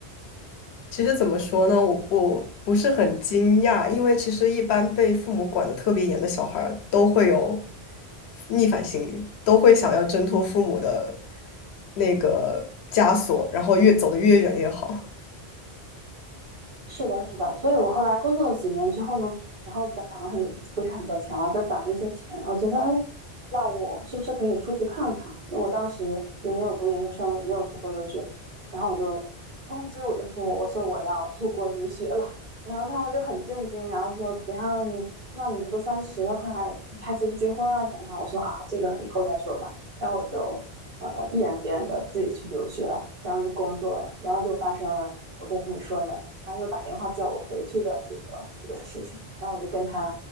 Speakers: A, on the left; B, on the right.
A: 其实怎么说呢，我不不是很惊讶，因为其实一般被父母管得特别严的小孩儿都会有逆反心理，都会想要挣脱父母的那个枷锁，然后越走得越远越好。
B: 是的，是的，所以我后来工作了几年之后呢，然后攒了很，不是很多钱了，就攒了一些钱。我觉得，哎，那我是不是可以出去看看？因为我当时也没有读研究生，也没有出国留学，然后我就通知我的父母，我说我要出国留学了。然后他们就很震惊，然后说怎样你，那你都三十了，快你还结不结婚啊？怎样怎样？我说啊，这个以后再说吧。然后我就呃毅然决然的自己去留学了，然后就工作了，然后就发生了我跟你说的，他又打电话叫我回去的这个这个事情，然后我就跟他